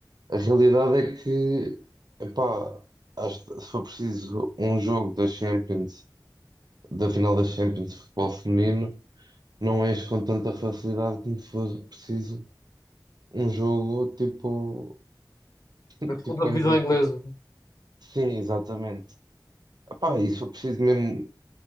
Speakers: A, on the right; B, on the left.
A: a realidade é que, epá, acho que se for preciso um jogo da Champions, da final da Champions de futebol feminino. não és com tanta facilidade como se fosse preciso um jogo tipo, <laughs>
B: da segunda
A: tipo
B: divisão
A: entre o...
B: inglesa.
A: po- Sim, exatamente. Epá, e se for preciso mesmo